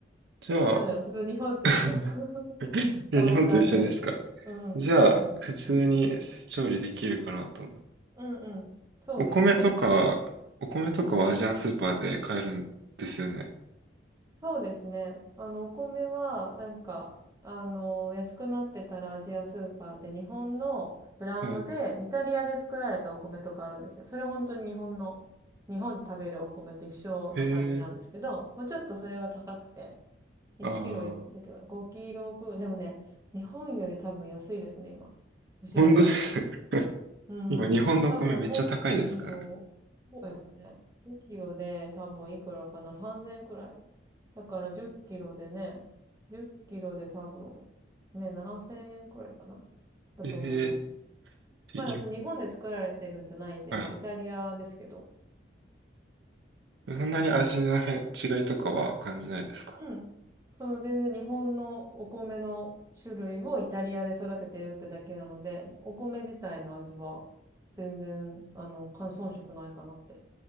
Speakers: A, on the right (about 70°); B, on the right (about 15°).
A: じゃあ、
B: え、なんだろう、普通日本と一緒
A: <laughs>
B: <laughs>
A: いや、
B: あんま変わんないですね。
A: 日本と一緒ですか
B: うんうん、
A: じゃあ、
B: そうですね。
A: 普通に調理できるかなと思う。
B: うんうん、そうですね。
A: お米とか、お米とかはアジアンスーパーで買えるんですよね。
B: うんうん。そうですね。あの、お米は、なんか、あの、安くなってたらアジアスーパーで日本のブランドで、
A: はい。
B: イタリアで作られたお米とかあるんですよ。それ本当に日本の、日本で食べるお米と一緒な感じなんですけど、
A: へえ、
B: まあ、ちょっとそれは高くて、1キロいくんだけど5キロくらい、
A: ああ、
B: でもね、日本より多分安いですね、今。不思議なことに。
A: 本当ですね。<laughs>
B: うんうん。
A: 今、日本のお米めっちゃ高いですからね。
B: 多分5キロ、そうですよね。5キロで多分いくらかな ?3000 円くらいだから10キロでね、1キロで多分ね、7000円くらいかなだと思います。
A: え
B: まあでもそれ日本で作られてるんじゃないんで、
A: え、いはい。
B: まあイタリアですけど。
A: そんなに味の変違いとかは感じないですか
B: うん。その全然日本のお米の種類をイタリアで育ててるってだけなので、お米自体の味は全然、あの、感遜色ないかなって